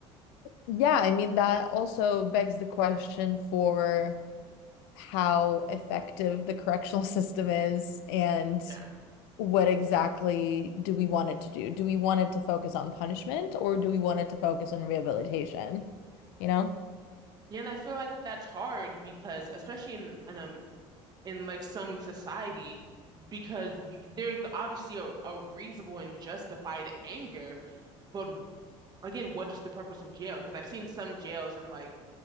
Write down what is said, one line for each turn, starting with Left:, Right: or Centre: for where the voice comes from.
Left: Yeah, I mean, that also begs the question for how effective the correctional <laughs> system is and
Right: Yeah.
Left: what exactly do we want it to do? Do we want it to focus on punishment or do we want it to focus on rehabilitation? You know?
Right: Yeah, and I feel like that's hard because, especially in, in, um, in like some societies, because y- there's obviously a, a reasonable and justified anger But again, what is the purpose of jail? Because I've seen some jails in like